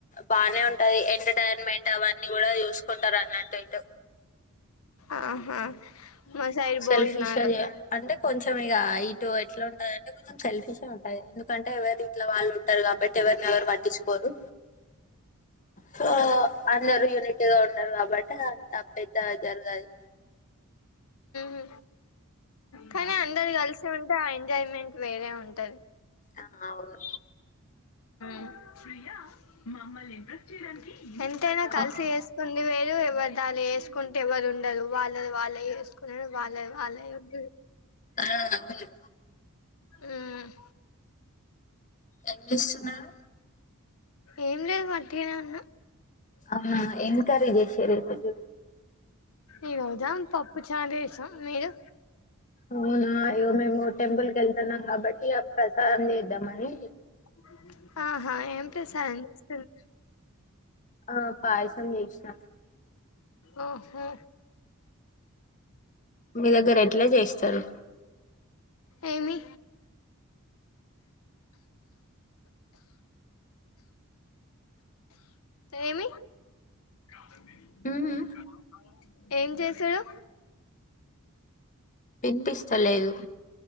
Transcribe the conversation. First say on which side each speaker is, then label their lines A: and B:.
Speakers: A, on the left; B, on the left.
A: బానే ఉం అది ఎంటర్టైన్మెంట్ అవన్నీ కూడా చూసుకుంటారు అన్నట్టు ఇటు
B: ఆహా మా సైడ్
A: సెల్ఫిష్
B: భోజనాలు
A: అది అంటే కొంచెం ఇక ఇటు ట్లేఉంట అ కొంచం సెల్ఫిషే ఉంటాది కంటే ఎవరి ఇంట్లో వాళ్ళు ఉంటారు కాబట్టి ఎవరిని ఎవరు పట్టించుకోరు సో అందరు యూనిట్ గా ఉండరు కాబట్టి అంత పెద్ద ఎద్దజారుగాదు
B: ఉ కానీ అందరు కలిసి ఉంటే ఆ ఎంజాయ్మెంట్ వేరే ఉంటది
A: ఆ అవును
B: మ్ ప్రియా మమ్మల్ని ఎంప్రెస్ చేయడానికి ఎంతైనా కలిసి
A: ఆ
B: వేసుకు వేరు వివధాలు ఉంటే ఎవరు ఉండరు వాళ్ళది వాళ్ళే చేసుకున్నారు వాళ్ళది వాళ్ళే ఉంది
A: ఆ, అవును.
B: హమ్
A: ఎంత ఇస్తున్నారు
B: ఏం లేదు మధ్యానం
A: అవునా ఏం కర్రీ సరే వద్దు
B: ఈరోజు ఏం పప్పు పప్పుచారు జేసినం మీరు
A: అవునా అయ్యో మేము కూడ టెంపులేకివెళ్తన్నం కాబట్టి ప్రసాదం చేద్దాంమని
B: అవు <unintelligible> ఆహా ఏం ప్రసాదం చేస్తున్నారు
A: ఆ పాయసం చేసిన
B: ఓహో
A: మీ దగ్గర ఎట్లా చేస్తారు
B: ఏమి ఏమి అ
A: ఉహు
B: ఏం చేసాడు
A: వినిపిస్తలేదు